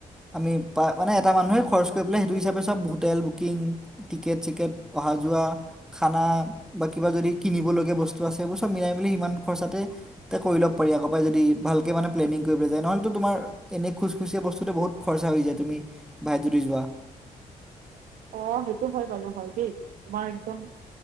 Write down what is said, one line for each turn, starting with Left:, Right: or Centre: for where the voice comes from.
Centre: আমি পা মানে এটা মানুহে খৰচ কৰি পেলাই সেইটো হিচাপে চব হোটেল বুকিং। টিকেট চিকেট অহা যোৱা খানা বা কিবা যদি। কিনিবলগীয়া বস্তু আছে এইবোৰ চব মিলাই মেলি সিমান খৰচাতে- তা কৰি ল' পাৰি আকৌপাই যদি ভালকৈ মানে প্লেনিং কৰিব যায় নহ'লেতো তোমাৰ- এনেই খোজ খুচিয়া বস্তুটো বহুত খৰচা হৈ যায় তুমি ভাই যদি যোৱা।
Right: অঁ সেইটো হয় বাৰু হয় দেই তোমাৰ একদম